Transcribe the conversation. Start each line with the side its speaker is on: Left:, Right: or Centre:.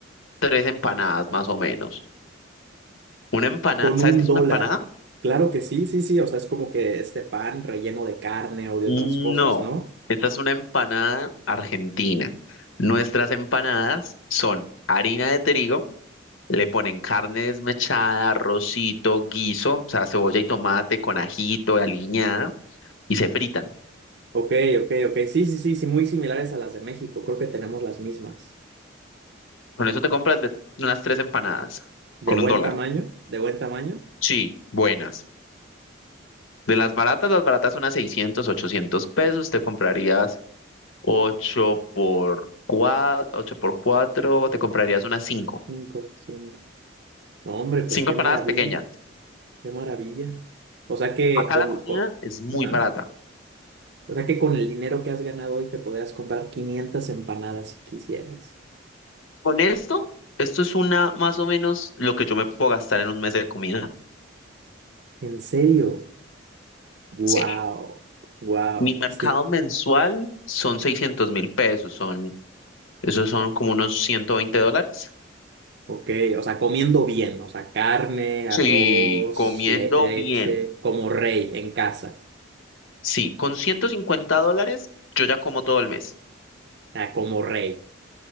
Left: tres empanadas más o menos. Una empanada,
Right: Con
Left: ¿sabes
Right: un
Left: qué es
Right: dólar.
Left: una empanada?
Right: Claro que sí, sí, sí. O sea, es como que este pan relleno de carne o de
Left: No,
Right: otras cosas, ¿no?
Left: esta es una empanada argentina. Nuestras empanadas son harina de trigo, le ponen carne desmechada, arrocito, guiso, o sea, cebolla y tomate con ajito, aliñada, y se fritan.
Right: Ok, ok, ok. Sí, sí, sí, sí, muy similares a las de México. Creo que tenemos las mismas.
Left: Con eso te compras de- unas tres empanadas,
Right: De
Left: con
Right: buen
Left: un dólar.
Right: tamaño, de buen tamaño.
Left: Sí, buenas. De las baratas, las baratas son a seiscientos ochocientos pesos, te comprarías ocho por cuatro ocho por cuatro te comprarías unas cinco
Right: Cinco, cinco. No, hombre, pues
Left: cinco
Right: qué
Left: empanadas
Right: maravilla,
Left: pequeñas.
Right: qué maravilla. O sea que
Left: Acá
Right: con,
Left: la comida
Right: con-
Left: es muy
Right: ajá.
Left: barata.
Right: O sea que con el dinero que has ganado hoy te podrías comprar quinientas empanadas si quisieras.
Left: Con esto, esto es una más o menos lo que yo me puedo gastar en un mes de comida.
Right: ¿En serio? Wow,
Left: Sí.
Right: wow.
Left: Mi mercado
Right: Este,
Left: mensual son seiscientos mil pesos, son, esos son como unos 120 dólares.
Right: ok, o sea, comiendo bien, o sea, carne, arroz,
Left: Sí, comiendo
Right: le- leche,
Left: bien.
Right: como rey en casa.
Left: Sí, con 150 dólares yo ya como todo el mes.
Right: Ah, como rey.